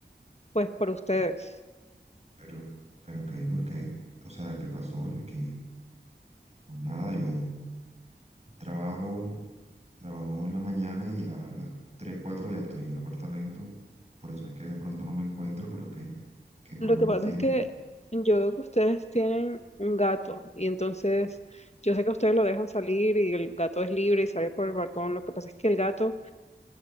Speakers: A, on the left; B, on the right.
A: pues, por ustedes.
B: Pero, pero qué, ¿por qué? O sea, ¿qué pasó? Yo aquí, pues nada, yo trabajo, trabajo en la mañana y ya a las 3 4 ya estoy en el apartamento. Por eso es que de pronto no me encuentro, pero ¿qué? ¿Qué problema
A: Lo que pasa
B: tiene?
A: es que yo veo que ustedes tienen un gato y entonces yo sé que ustedes lo dejan salir y el gato es libre y sale por el balcón. Lo que pasa es que el gato